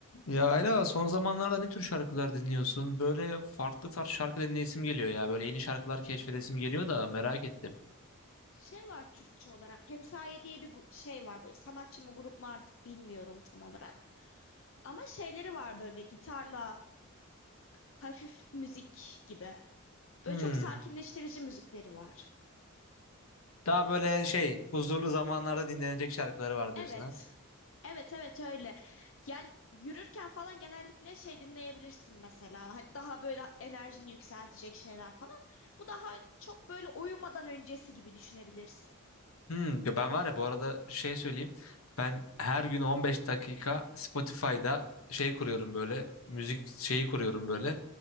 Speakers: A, on the left; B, on the left.
A: Ya Ayla son zamanlarda ne tür şarkılar dinliyorsun? Böyle farklı tarz şarkı dinleyesim geliyor ya. Böyle yeni şarkılar keşfedesim geliyor da merak ettim.
B: Şey var Türkçe olarak. Hemsaye diye bir gu- şey var böyle sanatçı mı grup mu artık bilmiyorum tam olarak. Ama şeyleri var böyle gitarla hafif müzik gibi. Böyle
A: Hmm.
B: çok sakinleştirici müzikleri var.
A: Daha böyle şey huzurlu zamanlarda dinlenecek şarkıları var diyorsun
B: Evet.
A: ha?
B: Evet evet öyle. Yani yürürken falan genellikle şey dinleyebilirsin mesela. Hani daha böyle enerjini yükseltecek şeyler falan. Bu daha çok böyle uyumadan öncesi gibi düşünebilirsin.
A: Hmm, ya ben var ya bu arada şey söyleyeyim. Ben her gün 15 dakika Spotify'da şey kuruyorum böyle. Müzik şeyi kuruyorum böyle.